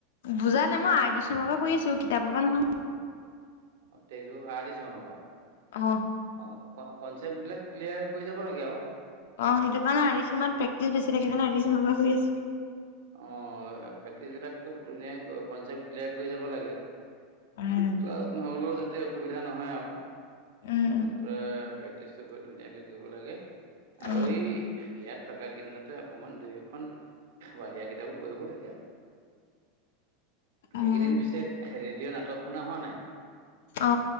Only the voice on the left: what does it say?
বুজালে মই আৰ ডি শৰ্মাৰ পৰা কৰি আছো কিতাপৰ পৰা নহয়
অ
অ সেইটো কাৰণে আৰু আৰ ডি শৰ্মাত প্ৰেকটিচ বেছি থাকে সেইকাৰণে আৰ ডি শৰ্মাৰ পৰা কৰি আছো
উম
উম
উম
উম
অ